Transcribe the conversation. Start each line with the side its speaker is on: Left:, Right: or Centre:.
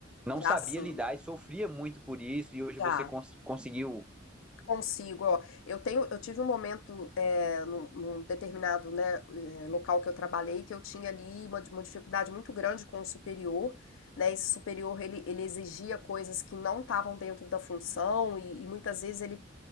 Centre: não
Left: já
Centre: sabia
Left: sim,
Centre: lidar e sofria muito por isso e hoje você
Left: já.
Centre: cons- conseguiu?
Left: Consigo, ó. Eu tenho, eu tive um momento é, num, num determinado, né, é, local que eu trabalhei que eu tinha ali uma, uma dificuldade muito grande com o superior, né? Esse superior ele, ele exigia coisas que não estavam dentro da função e, e muitas vezes ele